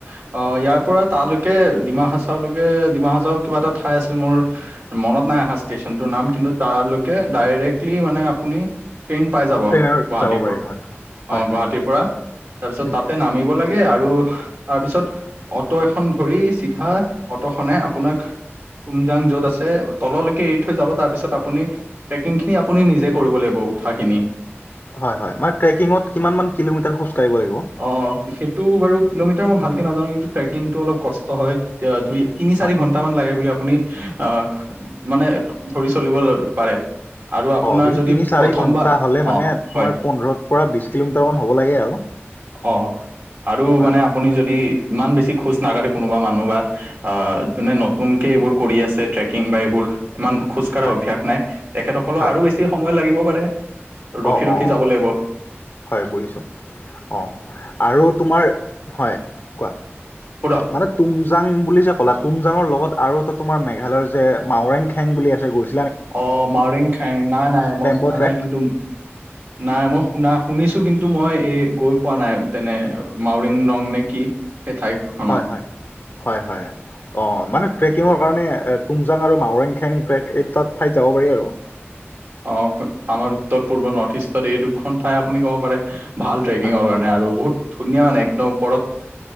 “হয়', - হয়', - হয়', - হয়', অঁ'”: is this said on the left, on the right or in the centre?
Left